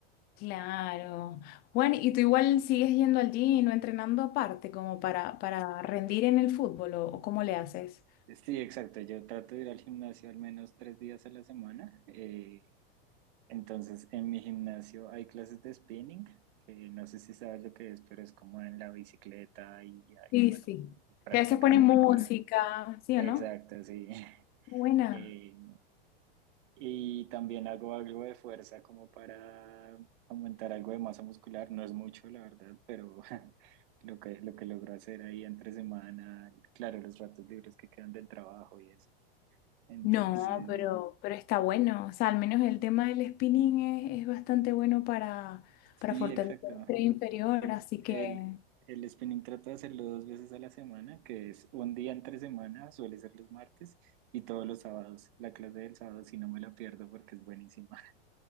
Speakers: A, on the left (about 30°); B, on the right (about 55°).
A: Claro. Juan, ¿y tú igual sigues yendo al gym o entrenando aparte como para, para rendir en el fútbol o o cómo le haces?
B: Sí, exacto. Yo trato de ir al gimnasio al menos tres días a la semana. eh, Entonces, en mi gimnasio hay clases de spinning, que no sé si sabes lo que es, pero es como en la bicicleta y hay,
A: Sí,
B: bueno,
A: sí.
B: prácticas
A: Que a veces ponen
B: una
A: música,
B: hora.
A: ¿sí
B: Exacto,
A: o no?
B: sí. <laughs>
A: Buena.
B: Eh, y también hago algo de fuerza como para aumentar algo de masa muscular. No es mucho, la verdad, pero <laughs> lo que, lo que logro hacer ahí entre semana, claro, los ratos libres que quedan del trabajo y eso. Entonces,
A: No, pero, pero está bueno. O sea, al menos el tema del spinning es, es bastante bueno para,
B: sí,
A: para fortalecer
B: exacto.
A: el tren inferior,
B: Eh,
A: así que
B: El, el spinning trato de hacerlo dos veces a la semana, que es un día entre semana, suele ser los martes y todos los sábados. La clase del sábado si no me la pierdo porque es buenísima. <laughs>